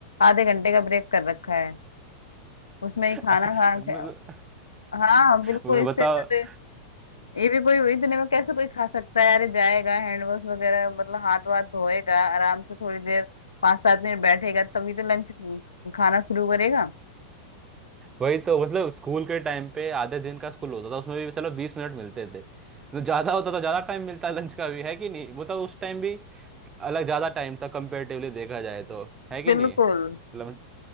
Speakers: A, on the left (about 80°); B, on the right (about 20°).
A: आधे घंटे का ब्रेक कर रखा है उसमें
B: <laughs>
A: ही खाना खा
B: मैं-
A: के हाँ बिल्कुल
B: <laughs>
A: इससे
B: बताओ
A: अच्छा तो ये ये भी कोई इतने में कैसे कोई खा सकता है यार ये जाएगा हैंड वॉश वगैरह मतलब हाथ वाथ धोएगा आराम से थोड़ी देर पाँच सात मिनट बैठेगा तभी तो लंच खाना शुरू करेगा
B: वही तो मतलब स्कूल के टाइम पे आधे दिन का स्कूल होता था उसमें भी चलो बीस मिनट मिलते थे तो ज्यादा होता तो ज्यादा टाइम मिलता लंच का भी है कि नहीं मतलब उस टाइम भी अलग ज्यादा टाइम था कंपेरेटिवली देखा जाए तो है कि
A: बिल्कुल
B: नहीं मतलब